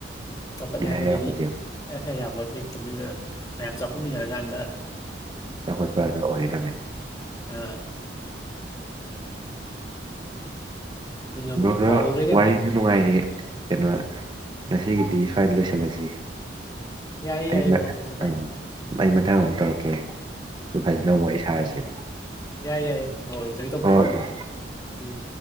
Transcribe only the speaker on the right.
ꯍꯥꯏ ꯌꯥꯄꯣꯠꯇꯦꯕ
ꯆꯥꯎꯈꯠꯄꯗ ꯍꯥꯏꯗꯣ ꯑꯣꯏꯒꯗꯝꯅꯤ
ꯕ꯭ꯔꯣ ꯑꯗꯣ
ꯋꯥꯔꯤꯖꯨ
ꯅꯨꯡꯉꯥꯏꯤ
ꯀꯩꯅꯣ ꯉꯁꯤꯒꯤꯗꯤ ꯁ꯭ꯃꯋꯥꯏ ꯂꯣꯏꯁꯜꯂꯖꯤ
ꯑꯩ
ꯃꯥ
ꯎꯝ ꯑꯩ ꯃꯊꯪ ꯑꯃꯨꯛ ꯇꯧꯔꯛꯀꯦ ꯗꯨ ꯐꯖꯅ ꯋꯔꯤ ꯁꯥꯔꯁꯦ
ꯍꯣꯏ
ꯕ꯭ꯔꯣ